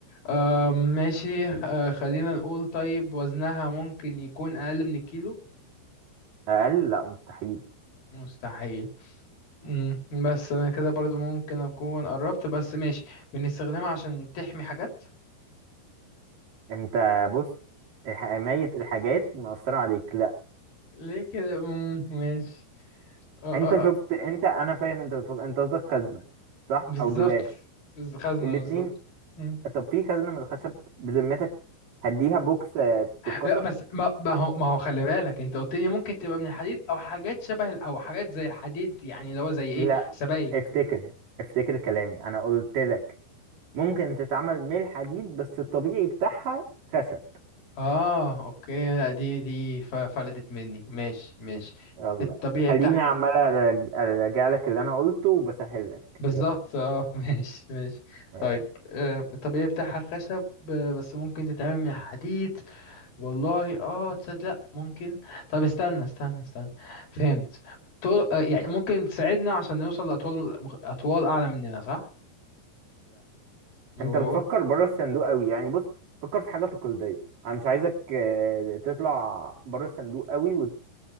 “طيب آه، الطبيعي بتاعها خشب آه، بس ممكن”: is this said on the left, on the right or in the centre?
Left